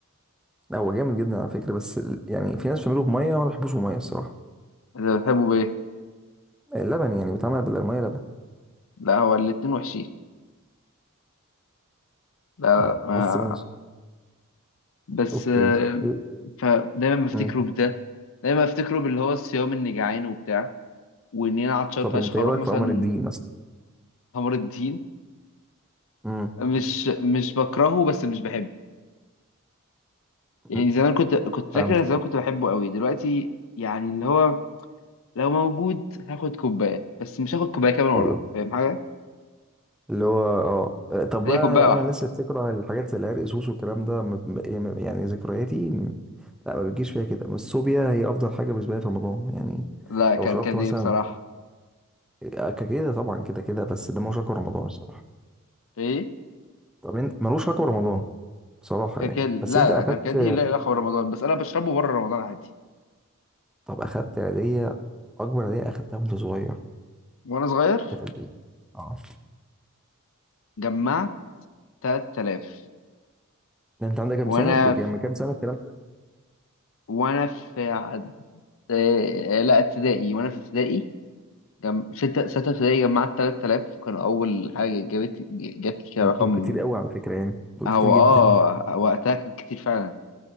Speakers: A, in the centre; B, on the left.
A: هو جامد جدا على فكرة بس ال- يعني في ناس بتعمله بمية وأنا ما بحبوش بمية الصراحة
B: انت بتحبه بايه؟
A: اللبن يعني بيتعمل بدل المية لبن
B: لا هو الاتنين وحشين لا
A: لا
B: آه
A: بس ماشي
B: بس
A: أوكي
B: آه
A: إيه- إيه.
B: فدايما بفتكره
A: امم
B: بده دايما بفتكره باللي هو الصيام اني جعان وبتاع وان انا عطشان
A: طب
B: فشخ
A: أنت إيه
B: اروح
A: رأيك
B: مثلا
A: في قمر الدين مثلا؟
B: قمر الدين
A: امم
B: مش مش بكرهه بس مش بحبه
A: امم
B: يعني زمان كنت كنت فاكر
A: فهمت
B: انا زمان كنت بحبه قوي دلوقتي يعني اللي هو لو موجود هاخد كوبايه بس مش هاخد كوبايه كمان وراه
A: أيوه
B: فاهم حاجه
A: اللي هو اه آه، طب
B: هي
A: بقى
B: كوبايه
A: انا بقى انا
B: واحده
A: من الناس اللي بتكره الحاجات زي العرق سوس والكلام ده ما- ما- يعني يعني ذكرياتي م- لا ما بتجيش فيها كده بس الصوبيا هي افضل حاجه بالنسبه لي في رمضان يعني
B: لا كركدي
A: لو شربت مثلا
B: بصراحه
A: آه، كده طبعا كده كده بس ده ملوش علاقه برمضان الصراحه
B: ايه
A: طب انت ملوش علاقه برمضان بصراحه
B: كركدي
A: يعني
B: لا
A: بس انت
B: لا
A: اخدت
B: لا كركدي لا لا خبر رمضان بس انا بشربه بره رمضان عادي
A: طب اخدت هديه اكبر هديه اخدتها وانت صغير
B: وانا صغير
A: كانت قد ايه؟ اه
B: جمعت 3000
A: ده انت عندك كام
B: وانا
A: سنه؟ كو- يعني
B: في
A: من كام سنه الكلام ده
B: وانا في عد... آه، لا ابتدائي وانا في ابتدائي جم... ستة ستة ابتدائي جمعت 3000 وكان اول حاجة جابت جابت لي كده
A: دول
B: رقم
A: كتير قوي على فكره يعني دول
B: هو
A: كتير جدا
B: اه وقتها كان كتير فعلا